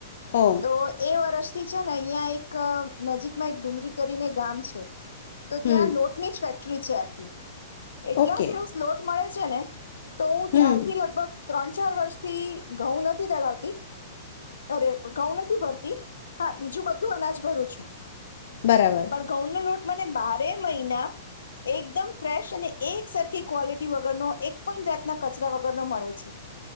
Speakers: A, on the left; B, on the left.
A: ઓ
B: તો એ વર્ષ ટી છે ને અહિયાં એક નજીકમાં એક ડુંગળી કરીને ગામ છે તો
A: હમ
B: ત્યાં લોટની જ ફે ક્ટરી છે આખી એટલા
A: ઓકે
B: સરસ લોટ મળે છે ને તો હું
A: હમ
B: ત્યારથી લગભગ ત્રણ ચાર વર્ષ થી ઘઉં નથી ડડાવતી અરે ઘઉં નથી ભરતી હા બીજું બધું અનાજ ભરુ છું
A: બરાબર
B: પણ ઘઉંનો લોટ મને બારે મહિના એકદમ ફ્રેશ અને એક સરખી ક્વોલિટી વગરનો એક પણ જાતના કચરા વગરનો મળે છે